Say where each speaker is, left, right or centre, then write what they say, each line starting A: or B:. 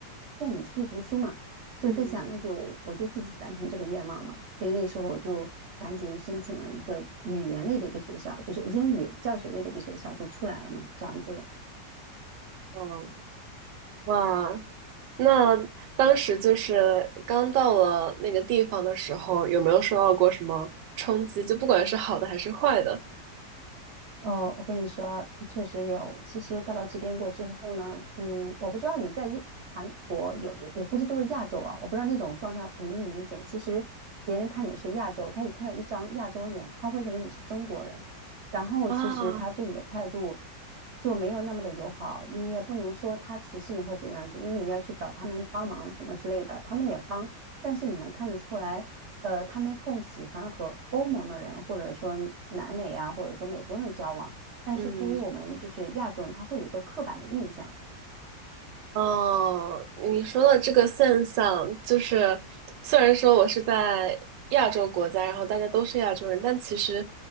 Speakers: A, on the right; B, on the right.
A: 供你出去读书嘛。就在想，
B: 嗯，
A: 那就我就自己完成这个愿望嘛。所以那时候我就赶紧申请了一个语言类的一个学校，就是英语教学类的一个学校就出来了嘛，这样子。
B: 哦，哇，那当时就是刚到了那个地方的时候，有没有受到过什么冲击？就不管是好的还是坏的
A: 哦，我跟你说，确实有。其实到了这边过之后呢，嗯，我不知道你在亚韩国有，我估计都是亚洲啊，我不知道那种状态明不明显。其实别人看你是亚洲，他一看到一张亚洲脸，他会认为你是中国人，然后其实他对你的态度
B: 啊，
A: 就没有那么的友好。你也不能说他歧视你或怎样子，因为你要去找他们帮忙什么之类的，他们也帮，但是你能看得出来。呃，他们更喜欢和欧盟的人，或者说南美啊，或者说美国人交往。但是对于我们就是亚洲人，
B: 嗯
A: 他会有个刻板的印象。
B: 哦，你说的这个现象，就是虽然说我是在亚洲国家，然后大家都是亚洲人，但其实